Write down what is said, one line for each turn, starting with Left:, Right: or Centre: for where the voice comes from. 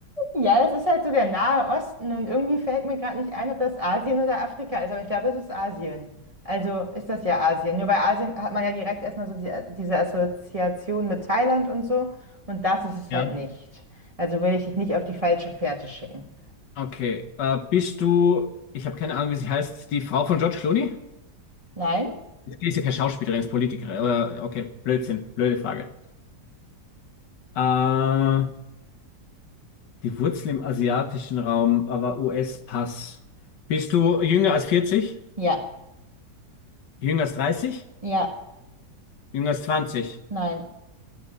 Right: Ja, das ist halt so der Nahe Osten und irgendwie fällt mir gerade nicht ein, ob das Asien oder Afrika ist, aber ich glaube, das ist Asien. Also ist das ja Asien. Nur bei Asien hat man ja direkt erstmal so diese, diese Assoziation mit Thailand und so und das ist es
Left: Ja.
Right: halt nicht. Also will ich dich nicht auf die falsche Fährte schicken.
Left: Okay. Äh, bist du, ich habe keine Ahnung, wie sie heißt, die Frau von George Clooney?
Right: Nein?
Left: Die ist ja keine Schauspielerin, ist Politikerin. Oder, okay, Blödsinn, blöde Frage. Äh, die Wurzel im asiatischen Raum, aber US-Pass. Bist du jünger als 40?
Right: Ja.
Left: Jünger als 30?
Right: Ja.
Left: Jünger als 20?
Right: Nein.